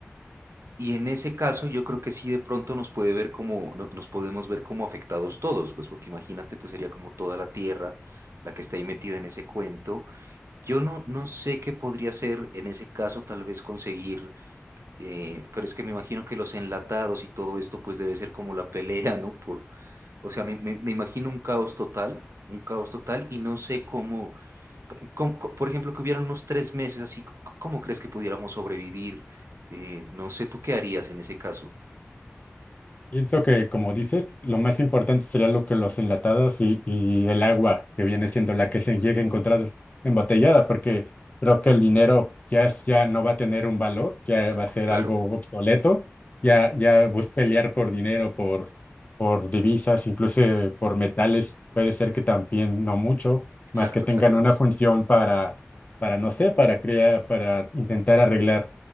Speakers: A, on the right; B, on the left.
A: Y en ese caso yo creo que sí de pronto nos puede ver como, no- nos podemos ver como afectados todos, pues porque imagínate, pues sería como toda la tierra la que está ahí metida en ese cuento. Yo no, no sé qué podría ser en ese caso tal vez conseguir, eh, pero es que me imagino que los enlatados y todo esto pues debe ser como la pelea, ¿no? Por, o sea, me, me- me imagino un caos total, un caos total y no sé cómo, cómo- cómo- por ejemplo, que hubieran unos tres meses así, c- c- ¿cómo crees que pudiéramos sobrevivir? Eh, no sé, ¿tú qué harías en ese caso?
B: Pienso que, como dices, lo más importante sería lo que los enlatados y, y el agua, que viene siendo la que se llegue a encontrar embotellada, porque creo que el dinero ya, es- ya no va a tener un valor, ya
A: De
B: va
A: acu-
B: a ser
A: Claro,
B: algo obsoleto, ya, ya vos pelear por dinero, por, por divisas, incluso por metales, puede ser que también no mucho,
A: exacto,
B: más que tengan
A: exacto.
B: una función para, para no sé, para crear, para intentar arreglar.